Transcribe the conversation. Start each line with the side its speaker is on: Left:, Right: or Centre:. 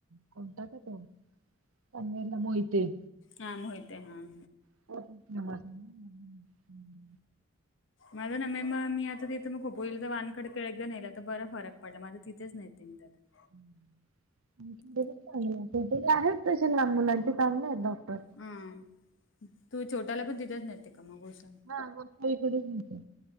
Right: कोणता गं तो? पनवेला मोहिते.
Left: हां, मोहिते हाह.
Right: <unintelligible>
Left: माझं ना <unintelligible> मी खोपोलीला वानखडे <unintelligible> बरंच फरक पडला. मग आता तिथेच नेते त्याला.
Right: <unintelligible> इथे पण आहेत तसे लहान मुलांचे चांगले आहेत डॉक्टर.
Left: हं, तू छोट्याला पण तिथेच नेते का मग गोसावी
Right: हां, गोसावी कडेच नेते.